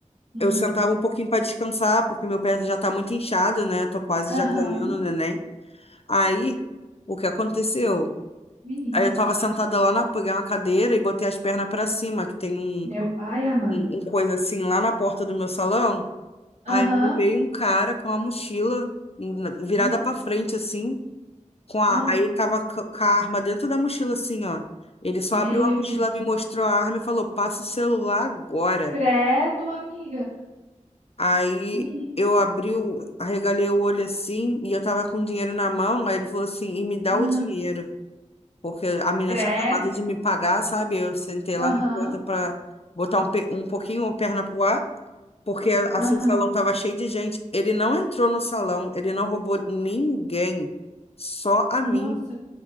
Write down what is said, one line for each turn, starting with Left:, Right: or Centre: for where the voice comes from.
Right: Hum.
Left: eu sentava um pouquinho para descansar, porque meu pé já tá muito inchado, né? Tô quase
Right: Aham.
Left: já ganhando o neném. Aí, o que aconteceu?
Right: Menina,
Left: Aí eu tava sentada lá na, peguei uma cadeira e botei as pernas para cima, que tem um,
Right: meu pai amado.
Left: um, um coisa assim lá na porta do meu salão.
Right: Aham,
Left: Aí me veio um cara com a mochila hum, virada
Right: ah,
Left: para frente, assim, com a,
Right: ah,
Left: aí tava c- com a arma dentro da mochila, assim, ó. Ele só
Right: meu
Left: abriu a mochila,
Right: Jesus.
Left: me mostrou a arma e falou: passa o celular agora.
Right: Credo, amiga.
Left: Aí
Right: Menina,
Left: eu abri, o, arregalei o olho assim e eu tava com dinheiro na mão. Aí ele falou assim: e me dá o
Right: aham,
Left: dinheiro, porque a menina
Right: credo.
Left: tinha acabado de me pagar, sabe? Eu sentei lá
Right: Aham,
Left: na porta pra botar um, pe- um pouquinho a perna pro ar, porque assim
Right: aham.
Left: o salão tava cheio de gente. Ele não entrou no salão, ele não roubou ninguém, só a
Right: Nossa.
Left: mim